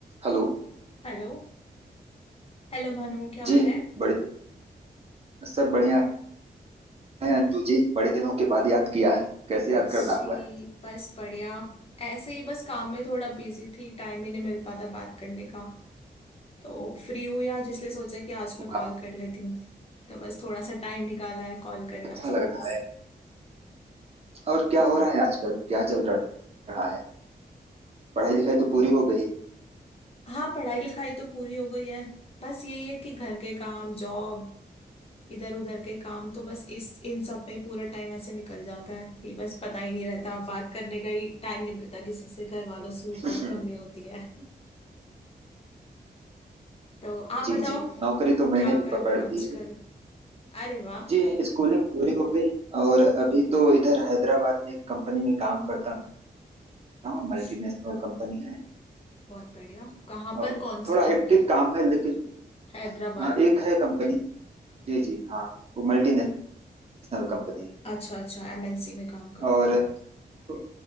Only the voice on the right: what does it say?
Hello
ji
बड़े सब बढ़िया है अंजू जी बड़े दिनों के बाद याद किया है कैसे याद
करना हुआ है
वाह,
अच्छा
लग
रहा है और क्या हो रहा है आजकल क्या चल रहा है पढ़ाई लिखाई तो पूरी हो गई
<laughs>
हम्म,
जी
जी नौकरी तो
मैंने भी
पकड़
ली
है
जी स्कूलिंग पूरी हो गई और अभी तो इधर हैदराबाद में एक कंपनी में काम करता हूँ
मल्टीनेशनल कंपनी है
और
थोड़ा
हेक्टिक काम है लेकिन
हाँ, एक
है कंपनी जी जी हाँ वो मल्टीनेशनल कंपनी है
और
तो-